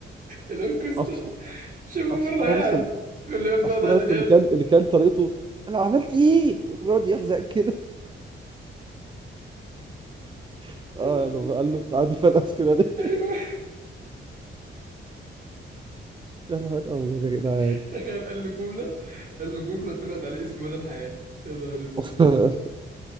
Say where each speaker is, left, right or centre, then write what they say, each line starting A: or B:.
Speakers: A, on the right (about 45°); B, on the right (about 25°).
A: اللي هو كوستا
B: عصفور
A: شافه
B: عصفور
A: مره
B: يا
A: قاعد
B: اسطى
A: بيقول له يا ابني
B: عصفور
A: اقعد عادل
B: يا اسطى
A: اليد
B: اللي كان اللي كان طريقته انا عملت ايه وبيقعد يحزق كده <laughs>
A: يا
B: اه
A: نهار
B: لما
A: اسود
B: قال له انت عامل فلقس كده ليه
A: ايوه
B: <laughs> يا نهار ابيض يا جدعان
A: <laughs> تخيل قال له جمله قال له جمله طلعت عليه اسم مدى الحياه يا نهار اسود
B: <laughs>